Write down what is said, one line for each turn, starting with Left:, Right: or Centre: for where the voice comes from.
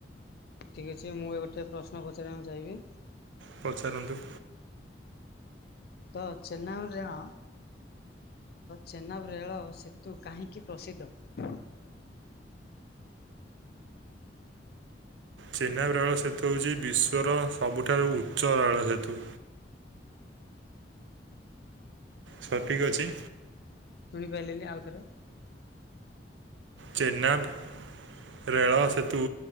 Left: ଠିକ ଅଛି ମୁଁ ଏବେ ଠା ପ୍ରଶ୍ନ ପଚାରିବାକୁ ଚାହିଁବି।
Right: ପଚାରନ୍ତୁ।
Left: ତ ଚେନ୍ନାବରେହ ଚେନ୍ନାବ ରେଳ ସେତୁ କାହିଁକି ପ୍ରସିଦ୍ଧ?
Right: ଚେନ୍ନାବ ରେଳ ସେତୁ ହଉଚି ବିଶ୍ଵର ସବୁଠାରୁ ଉଚ୍ଚ ରେଳ ସେତୁ। ସଠିକ୍ ଅଛି।
Left: ଶୁଣିପାଇଲିନି ଆଉ ଥରେ।
Right: ଚେନ୍ନାବ ରେଳ ସେତୁ